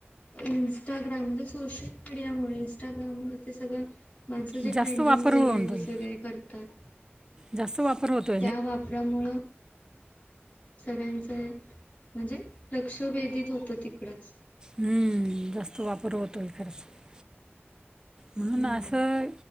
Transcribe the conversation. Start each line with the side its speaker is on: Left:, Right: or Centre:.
Left: इं्स्टाग्राम म्हणजे सोशल मीडियामुळे इं्स्टाग्राम व ते सगळं <unintelligible> माझं जे
Right: जास्त
Left: ट्रेंडिंग
Right: वापर
Left: व्हिडिओज
Right: होतोय
Left: वगैरे करतात <unintelligible>
Right: जास्त वापर होतो <unintelligible>
Left: त्या वापरामुळं <unintelligible> सगळ्यांचं हे म्हणजे लक्षभेधित होतं तिकडच <unintelligible>
Right: हम्मम जास्त वापर होतोय खरंच <unintelligible> म्हणून
Left: हम्म
Right: असं